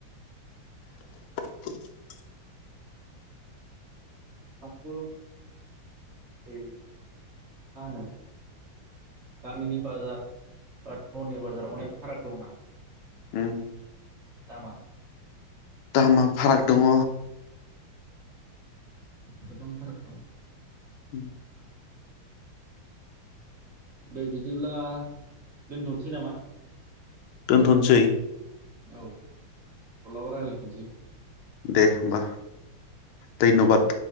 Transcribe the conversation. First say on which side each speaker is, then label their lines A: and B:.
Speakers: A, on the left; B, on the right.
A: <inaudible>
B: आंथ' मा होनो गामिनि बाजार बा टाउननि बाजार अनेक फाराग दंना
A: उम
B: दामा
A: दामा फाराग दङ
B: गोबां फाराग दं।
A: <inaudible>
B: ओ दे बिदिब्ला दोनथ'सै नामा?
A: दोनथ'नोसै।
B: औ माब्लाबा रायज्लायफिनसै।
A: दे होमबा। धयन्बाद।